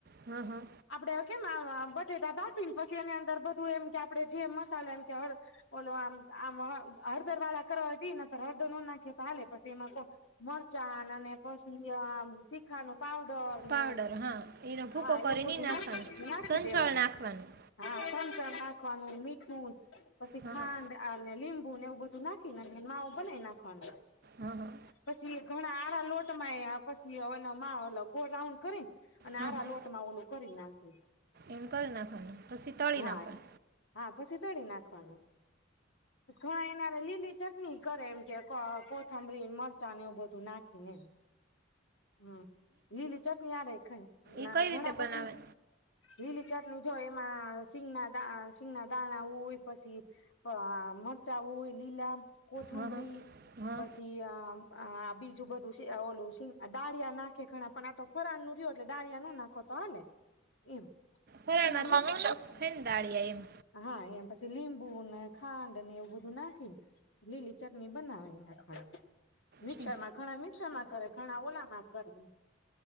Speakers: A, on the right; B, on the left.
A: હા હા.
B: આપડે કેમ આવા બટેટા બાફી ન પછી એની અંદર બધું એમ કે આપડે જે મસાલા એમ કે હળ ઓલો આમ આમ હ હળદર વાળા કરવા હોય તો ઈ નક હળદર નો નાખી તો હાલે પછી એમાં કો મરચાં અને પછી આમ તીખાનું પાવડર ને
A: પાવડર હા એનો ભૂકો
B: હા
A: કરી
B: એવું
A: નહીં
B: બ
A: નાખવાનો
B: નાખ નાખી
A: સંચળ
B: દેવાનું.
A: નાખવાનું
B: હા સંચળ નાખવાનું, મી ઠૂ પછી
A: હા
B: ખાંડ
A: હા
B: અને લીંબુ ને એ બધું નાખી નાખી ને માવું બનાઇ નાખવાનું.
A: હા હા
B: પછી ઘણા આરા લોટ તમારે આ પછી માવા નો ગોળ રાઉન્ડ કરી ન અને
A: હા
B: આરા
A: હા
B: લોટ મા ઓલું કરી નાખે
A: એમ કરી નાખવાનું, પશી તળી
B: હા
A: નાખવાન.
B: હા પશી તડી નાખવાનું. પસ કા એના લીલી ચટણી કરે એમ કે કોથંમની ન મરચાં એવું બધું નાખીને એમ. હમ્મ, લીલી ચટણી આરે ખાય ના.
A: એ કઈ
B: ઘણા
A: રીતે બનાવે?
B: પછી લીલી ચટણી જયમાં સિંહનાથ દા શિંગના દાણા હોય પશી આ મરચાં હોય લીલા. કોથંબરી
A: હા હા હા
B: પછી આ આ બીજું બધું <unintelligible> ઓલું ડાળિયા નાખે ઘણા પણ આ તો ફરાળ નું રહ્યો એટલે ડાળયા નો નાખો તા ને એમ.
A: <unintelligible>
B: પછી એમાં મિક્સ પછી
A: મીન દાળિયા એમ.
B: હા એમ પછી લીંબુ ને ખાંડ ને એવું બધું નાખી ને લીલી ચટણી બનાવી નાખવા. મિક્સર,
A: છે
B: માં ઘણા મિક્સર માં કરે ઘણા ઓલા માં જ કરે એમ.